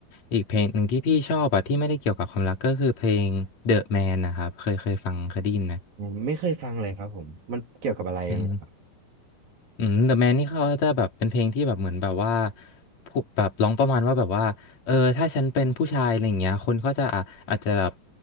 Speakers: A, on the left; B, on the right.
A: อีกเพลงหนึ่งที่พี่ชอบอะที่ไม่ได้เกี่ยวกับความรักก็คือเพลง The Man นะครับเคยเคยฟังเคยได้ยินไหม
B: อืมไม่เคยฟังเลยครับผมมันเกี่ยวกับอะไรยังไง
A: อืม อืม The Man นี่เขาจะแบบเป็นเพลงที่แบบเหมือนแบบว่าพูดแบบร้องประมาณว่าแบบว่าเออถ้าฉันเป็นผู้ชายอะไรอย่างเงี้ยคนก็จะอ่ะอาจจะแบบ